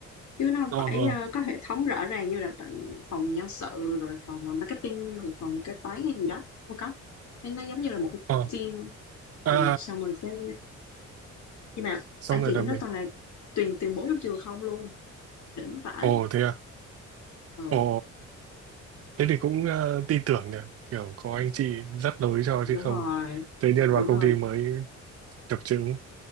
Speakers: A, on the left; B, on the right.
A: chứ nó không
B: ờ
A: phải
B: ờ
A: ờ, có hệ thống rõ ràng như là tận phòng nhân sự rồi phòng marketing rồi phòng kế toán hay gì đó không có nó, nó giống như là một cái
B: ờ
A: team
B: à
A: ừ, xong rồi cái nhưng mà
B: xong
A: anh
B: rồi
A: chị
B: là
A: trong
B: mình
A: đó toàn là tuyển tuyển bố trong trường không luôn đỉnh vãi
B: Ồ thế à?
A: ừ,
B: Ồ, thế thì cũng ờ, tin tưởng nhỉ, kiểu có anh chị dắt lối cho chứ
A: đúng
B: không
A: rồi
B: tự nhiên vào
A: đúng rồi
B: công ty mới chập chững.